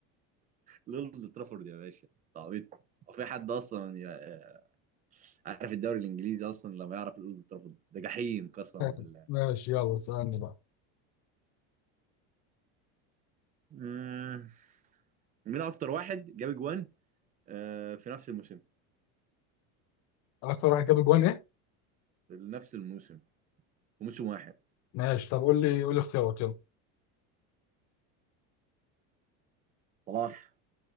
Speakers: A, on the right; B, on the left.
A: لولد ترافورد يا باشا تعبيط هو في حد اصلا ي- عارف الدوري الانجليزي اصلا لما يعرف الاولد ترافورد ده جحيم قسما
B: فاهم.
A: بالله
B: ماشي يلا اسألني بقى
A: مم. مين اكتر واحد جاب جوان آه، في نفس الموسم
B: أكتر واحد جاب جوان إيه؟
A: لنفس الموسم وموسم واحد
B: ماشي طب قول لي قول لي اختيارات يلا
A: صلاح